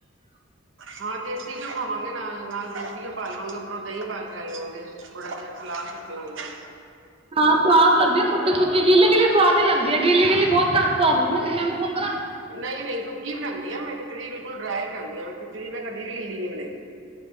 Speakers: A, on the right (about 70°); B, on the right (about 30°).
A: ਹਾਂ ਦੇਸੀ ਘਿਓ ਖਾਵਾਂਗੇ ਨਾਲ ਨਾਲ ਰੋਟੀਆ ਪਾ ਲਵਾਂਗੇ। ਉੱਪਰੋਂ ਦਹੀਂ ਲੈ ਲਵਾਂਗੇ, ਥੋੜਾ ਜਿਹਾ ਸਲਾਦ ਕੱਟ ਲਾ ਗੇ।
B: ਹਾਂ ਸਵਾਦ ਲੱਗਦੀ ਹੈ। ਸੁੱਕੀ ਸੁੱਕੀ ਗਿੱਲੀ ਗਿੱਲੀ ਸਵਾਦ ਨਹੀ ਲਗਦੀ। ਗਿੱਲੀ ਗਿੱਲੀ ਬਹੁਤ ਘੱਟ ਸਵਾਦ ਆਉਂਦੀ ਹੈ। ਮੈਂ ਤੇਰੀ ਮੈਮ ਨੂੰ ਫੋਨ ਕਰਾਂ?
A: ਨਹੀਂ ਨਹੀਂ ਸੁੱਕੀ ਬਣਾਉਂਦੀ ਆ ਮੈਂ ਖਿਚੜੀ ਬਿਲਕੁਲ ਡਰਾਈ ਬਣਾਉਂਦੀ ਹੈਂ। ਖਿਚੜੀ ਮੈਂ ਕਦੀ ਵੀ ਗਿੱਲੀ ਨੀ ਬਣਾਈ?